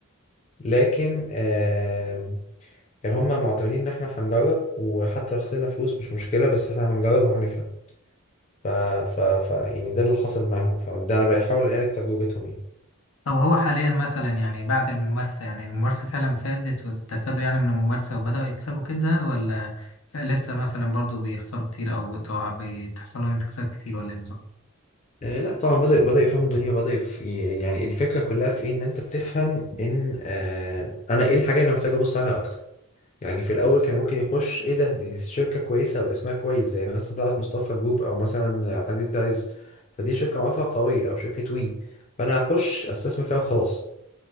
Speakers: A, on the left (about 30°); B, on the left (about 70°).
A: لكن آم، كان هما معتمدين ان احنا هنجرب وحتى لو خسرنا فلوس مش مشكله بس احنا هنجرب وهنفهم ف... ف... ف يعني ده اللي حصل معاهم فده انا بحاول انقل تجربتهم يعني
B: طب هو حاليا مثلا يعني بعد الممارسه يعني الممارسه فعلا فادت واستفادوا يعني من الممارسه وبداوا يكسبوا كده ولا ف- لسه مثلا برضو بيخسروا كتير او بتقع- بتحصل لهم انتكاسات كتير ولا ايه بالظبط
A: آه لا طبعا بدأوا بدأوا يفهموا الدنيا وبدأ يف... ي- يعني الفكرة كلها في ايه ان انت بتفهم ان آه انا ايه الحاجة اللي محتاج ابص عليها اكتر يعني في الاول كان ممكن يخش ايه ده دي شركة كويسة او اسمها كويس زي مثلا طلعت مصطفى جروب او مثلا حديد عايز فدي شركة معروفة قوية او شركة وي فانا هخش استثمر فيها وخلاص